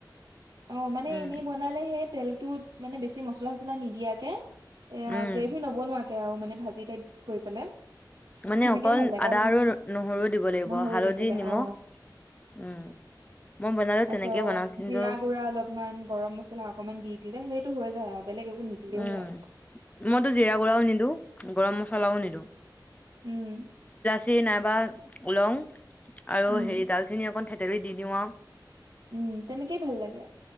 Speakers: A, on the right; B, on the left.
A: অ মানে
B: উম,
A: এনেই বনালেহে তেলটোত মানে বেছি মছলা চছলা নিদিয়াকে এ
B: উম,
A: গ্ৰেভি নবনোৱা কেও মানে ভাজি টাইপ কৰি পেলাই
B: মানে
A: সেনেকে
B: অকল
A: ভাল লাগে
B: আদা
A: মানে
B: আৰু নহৰু দিব লাগিব
A: নহৰু
B: হালধি
A: দি পেলাই
B: নিমখ
A: অ
B: উম
A: তাৰপিছত
B: মই বনালে তেনেকে বনাওঁ কিন্তু
A: জিৰা গুৰা অলপমান গৰম মছলা অকনমান দি দিলে সেইটো হৈ যায় আৰু বেলেগ একো নিদিলেও
B: উম
A: হয়
B: মইতো জিৰা গুড়ও নিদো গৰম মছলা চলাও নিদো
A: উম
B: যে নাইবা ওলং আৰু
A: উম
B: হেৰি ডালচেন অন থতেলি দি দিওঁ
A: উম তেনেকেই ভাল লাগে